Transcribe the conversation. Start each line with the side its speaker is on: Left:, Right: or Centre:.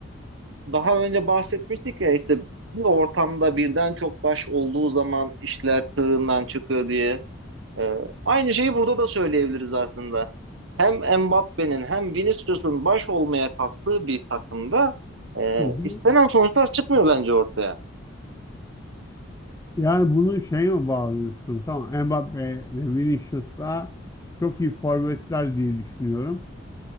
Right: daha önce bahsetmiştik ya işte bir ortamda birden çok baş olduğu zaman işler tırından çıkıyor diye. Ee, aynı şeyi burada da söyleyebiliriz aslında. Hem Mbappe'nin hem Vinicius'un baş olmaya kalktığı bir takımda e,
Left: Hı hı.
Right: istenen sonuçlar çıkmıyor bence ortaya.
Left: Yani bunu şeye mi bağlıyorsun? Tamam Mbappe ile Vinicius da çok iyi forvetler diye düşünüyorum.